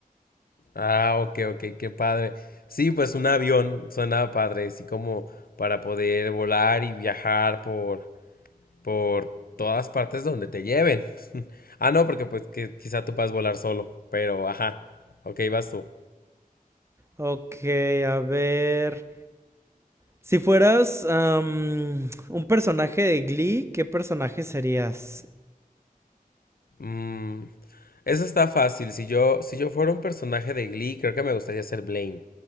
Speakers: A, on the left; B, on the right.
A: Ah, ok, ok, qué padre. Sí, pues un avión suena padre, así como para poder volar y viajar por, por todas partes donde te lleven. <laughs> Ah, no, porque pues que quizá tú puedas volar solo, pero ajá. Ok, vas tú.
B: Ok, a ver. Si fueras am, un personaje de Glee, ¿qué personaje serías?
A: Mm, eso está fácil. Si yo, si yo fuera un personaje de Glee, creo que me gustaría ser Blaine.